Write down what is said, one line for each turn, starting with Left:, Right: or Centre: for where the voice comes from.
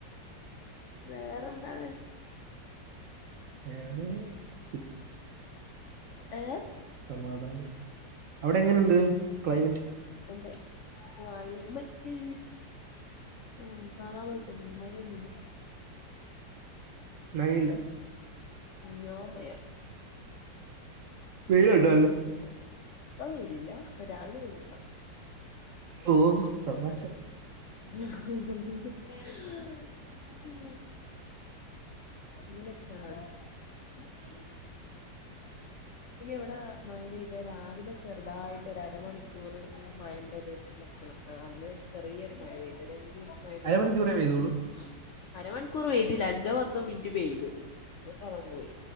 Left: വേറെന്താണ്
Right: വേറെ ഏന്താ
Left: ഏഹ്
Right: സമാധാനം. അവിടെ
Left: ഉം
Right: എങ്ങനെയുണ്ട് ക്ലൈമറ്റ്?
Left: എന്റെ ക്ലൈമറ്റ് ആ സാധാ പോലെതന്നേണ് മഴ ഒന്നുല്ല.
Right: മഴയില്ല
Left: നോ മഴ
Right: വെയിലുണ്ടോ
Left: മയന്നൂല്ലല്ലോ,
Right: അല്ലേ?
Left: പ്പ വെയിലില്ല രാവിലെ വെയില്ണ്ടാവും.
Right: ഓ തമാശ
Left: ഹ് ഹ് ഹ്മ്മ് രണ്ടായിരത്തിഒമ്പതി ങ്ങനെക്കാണ്. അതായത് മെക്കാനിസം വ്ടെ മയാ പെയ്തേ രാവിലെ ചെർ തായിട്ട് ഒരുഅരമണിക്കൂർ മഴൻ്റെ ഒരു ലക്ഷണൊക്കെ അന്ന് ചെറിയൊരു മഴ പെയ്തു അഞ്ച് മിനിറ്റ് മയാ പെയ്ത
Right: അരമണിക്കൂറേ
Left: അതങ്ങ്
Right: പെയ്തോളൂ?
Left: പോയി. അരമണിക്കൂർ പെയ്തില അഞ്ചോ പത്തോ മിനിറ്റ് പെയ്ത് ഇന്നിട്ട് അതങ്ങ് പോയി